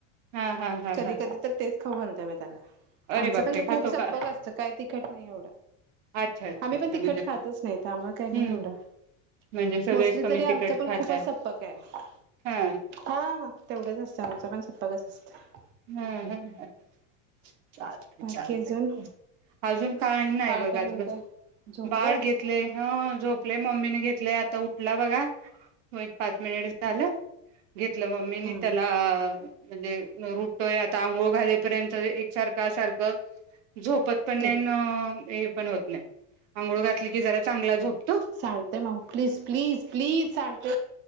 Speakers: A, on the right (about 70°); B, on the right (about 30°).
A: हां हां हां
B: कधी
A: हां
B: कधी
A: हां
B: तर तेच खावू घालते मी त्याला
A: अरे
B: आमचं
A: बापरे!
B: पण
A: खातो
B: खूप संप्पक
A: का?
B: असत काय तिखट नाही एवढं
A: अच्छा अच्छा
B: आम्ही
A: अच्छा
B: पण तिखट
A: म्हणजे
B: खातच नाही तर आम्हाला काय नाही
A: हम्म
B: एवढं
A: म्हणजे सगळेच
B: मोस्टली
A: कमी
B: तरी आमच्यात
A: तिखट
B: पण
A: खाताय.
B: खूपच संप्पक आहे
A: हां
B: आ हा तेवढंच असतं आमचं पण सप्पकच असतं.
A: हूं हूं हूं चालतय
B: बाकी
A: चालतय
B: अजून
A: अजून काय नाय
B: बाळ
A: बघ
B: काय
A: आज
B: म्हणतय
A: बस
B: झोपलंय
A: बाळ घेतलय हं झोपलय मम्मीने घेतलय आत ता उठला बघा व्हय एक पाच मिनिट झालं. घेतलं मम्मीनी
B: हा
A: त्याला म्हणजे रु आता आंघोळ घालेपर्यंत एकासारखा सारख झोपत पण
B: दे
A: नाय न ये पण होत नाय आंघोळ घातली की जरा चांगला झोप
B: सांडतय माऊ प्लीज प्लीज प्लीज सांड <inaudible>